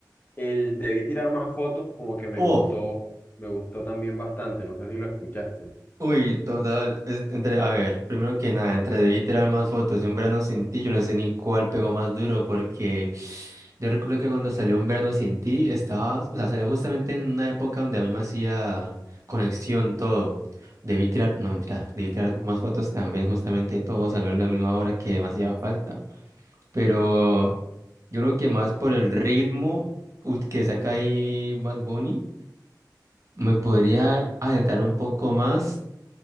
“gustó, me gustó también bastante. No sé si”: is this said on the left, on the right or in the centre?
Left